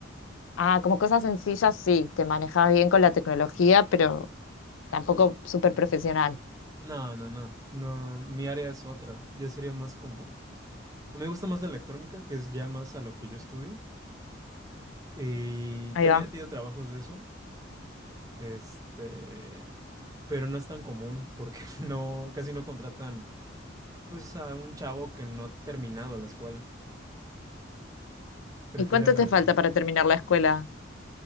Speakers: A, on the left; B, on the right.
A: Ah, como cosas sencillas, sí, te manejas bien con la tecnología, pero tampoco súper profesional.
B: No, no, no, no, mi área es otra, ya sería más como, a mí me gusta más la electrónica, que es ya más a lo que yo estudio, y
A: Ahí
B: también
A: va.
B: he tenido trabajos de eso, este, pero no es tan común porque <laughs> no, casi no contratan Pues a un chavo que no ha terminado la escuela. Prefieran
A: ¿Y cuánto te
B: a alguien.
A: falta para terminar la escuela?